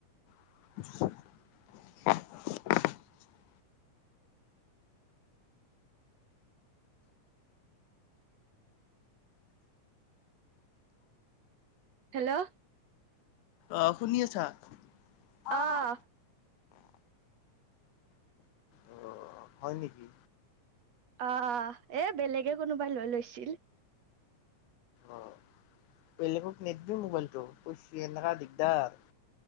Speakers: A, on the left (about 75°); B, on the right (about 60°).
A: <unintelligible>
B: হেল্ল'
A: অঁ শুনি আছা, অঁ'
B: অহ
A: অঁ হয় নেকি?
B: আঁহ এ বেলেগে কোনোবাই লৈ লৈছিল।
A: অঁ বেলেগক নেদবি মোৱাইলটো এনেককাা দিগদাৰ।